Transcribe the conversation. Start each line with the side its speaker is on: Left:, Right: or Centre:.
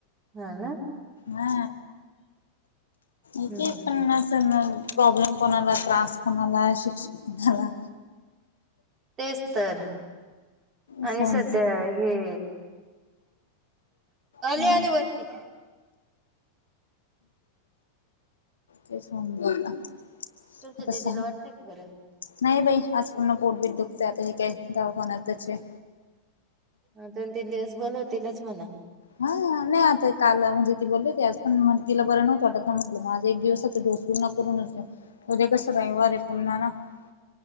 Right: हा ना
Left: हा एक
Right: हम्म
Left: एक
Right: हम्म
Left: पन्नासजण प्रॉब्लेम कोणाला त्रास कोणाला शिक्षा कोणाला
Right: तेच तर आणि
Left: समजत
Right: सध्या हे अली
Left: हम्म
Right: अली वरती
Left: तेच म्हणटल आता
Right: तुमच्या दिदीला
Left: तस
Right: वाटतय का बरं
Left: नाही बाई आज पूर्ण पोटबीट दुखतंय आता हे काय दवाखान्यातच आहे.
Right: हा दोन तीन दिवस बोलवतीलच मला
Left: हा नाही आता काल म्हणजे ती बोलली ते आज पण तिला बरं नव्हत आतां म्हटलं मग आज एक दिवसाचा डोस पूर्ण करून देऊ उद्या कस बाई <unintelligible>